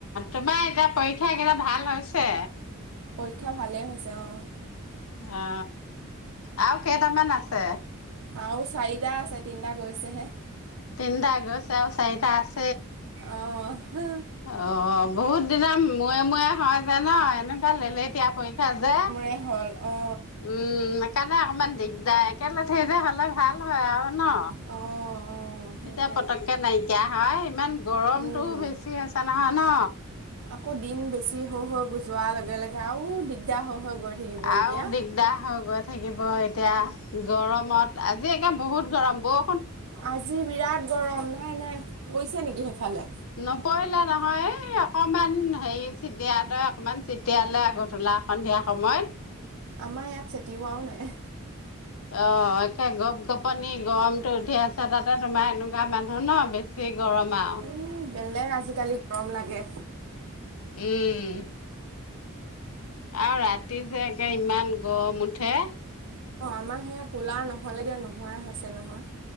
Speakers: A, on the left; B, on the right.
A: তোমাৰ এতিয়া পৰীক্ষাকেইটা ভাল হৈছে
B: পৰীক্ষা ভালেই হৈছে অ
A: অ আও কেইটামান আছে
B: আও চাৰিটা আছে তিনিটা গৈছেহে
A: তিনটা গৈছে আও চাইটা আছ
B: আহ, হ।
A: অ' বহুত দিন মুয়ে-মুয়ে হয় যে ন, এনেকুৱা লেলেতিয়া পৰীক্ষা যে।
B: এ হ'ল। অ
A: উম, সেইকাৰণে অকমান দিগদাৰ একে লেঠাই যে হ'ল। হলে ভাল হয় আৰু ন।
B: অ অ সেইটোৱে
A: তেতিয়া পতককে নাইকিয়া হয়। ইমান গৰমটোও
B: উম
A: বেছি হৈছে নহয় ন?
B: আকৌ দিন বেছি হৈ হৈ গৈ যোৱাৰ লগে লগে আৰু দিগদাৰ হৈ হৈ গৈ থাকিব
A: আৰু
B: এতিয়া
A: দিগদাৰ হৈ গৈ থাকিব। এতিয়া গৰমত, আজি একে বহুত গৰম বৌ।
B: আজি বিৰাট গৰম নাই নাই, পৰিছে নেকি সেইফালে?
A: নপঢ়িলে নহয়, এই অকমান হেৰি <unintelligible> অকমান চিটিয়ালে আগত হলা। সন্ধিয়া সময়ত।
B: আমাৰ ইয়াত চেটিওৱাও নাই।
A: অ' একে গপ-গপনি গৰমটো উঠি আছে, তাতে তোমাৰ এনেকুৱা মানুহ ন বেছি বেছি গৰম আও।
B: এই বেলেগ আজিকালি গৰম লাগে।
A: উম। আও ৰাতি যে একে ইমান গম উঠে।
B: অ' আমাৰ সেয়া কুলাৰ নহলেকে নুশুৱাই হৈছে নহয়।